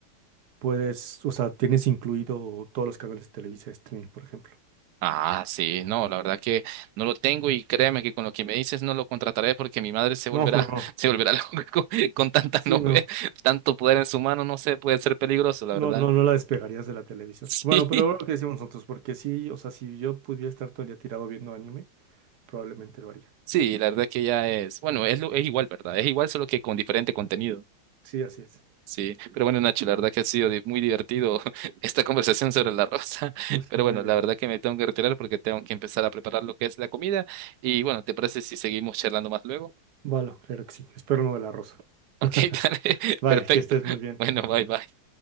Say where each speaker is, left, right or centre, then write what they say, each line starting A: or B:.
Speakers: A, on the right (about 55°); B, on the right (about 80°).
A: puedes, o sea, tienes incluido todos los canales de Televisa Streaming, por ejemplo. <laughs>
B: Ah, sí, no, la verdad que no lo tengo y créeme que con lo que me dices no lo contrataré porque mi madre se
A: No,
B: volverá,
A: no, no.
B: <laughs> se volverá loca <laughs> con, con tanta
A: sí,
B: novela,
A: no.
B: tanto poder en su mano, no sé, puede ser peligroso, la
A: No,
B: verdad.
A: no, no la despegarías de la televisión.
B: Sí,
A: Bueno, pero
B: <laughs>
A: lo que decimos nosotros, porque sí, o sea, si yo pudiera estar todo el día tirado viendo anime, probablemente lo haría.
B: sí, la verdad que ya es, bueno, es, lo- es igual, ¿verdad? Es igual solo que con diferente contenido.
A: Sí, así es.
B: Sí, pero bueno, Nacho, la verdad que ha sido di- muy divertido <laughs> esta conversación sobre la rosa, <laughs>
A: <laughs>
B: pero
A: Muy
B: bueno,
A: bien.
B: la verdad que me tengo que retirar porque tengo que empezar a preparar lo que es la comida y bueno, ¿te parece si seguimos charlando más luego?
A: Vale, claro que sí. Espero no de la rosa.
B: Ok,
A: <laughs>
B: <laughs> dale,
A: Bye,
B: perfecto.
A: que estés muy bien.
B: Bueno, bye, bye.